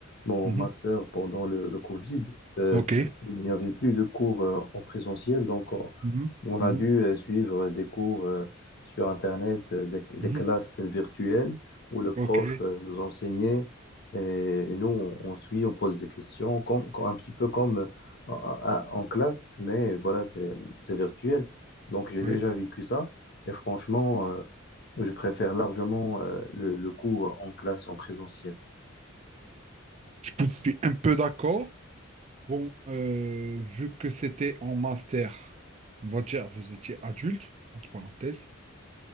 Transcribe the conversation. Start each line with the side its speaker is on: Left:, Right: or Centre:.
Left: mon
Right: Mhm.
Left: master pendant le, le Covid. euh,
Right: Ok.
Left: il n'y avait plus de cours euh, en présentiel, donc on,
Right: Mhm.
Left: on
Right: Mhm.
Left: a dû euh, suivre des cours euh, sur Internet, euh, des, des
Right: Mhm.
Left: classes virtuelles où le
Right: Ok.
Left: prof euh, nous enseignait et nous on, on suit, on pose des questions, comme, comme- un petit peu comme euh, en, en- en classe, mais voilà, c'est c'est virtuel. Donc j'ai
Right: Ouais.
Left: déjà vécu ça et franchement. euh, je préfère largement euh, le, le cours en classe, en présentiel.
Right: Je suis un peu d'accord. Bon, euh, vu que c'était en master, on va dire vous étiez adulte, entre parenthèses,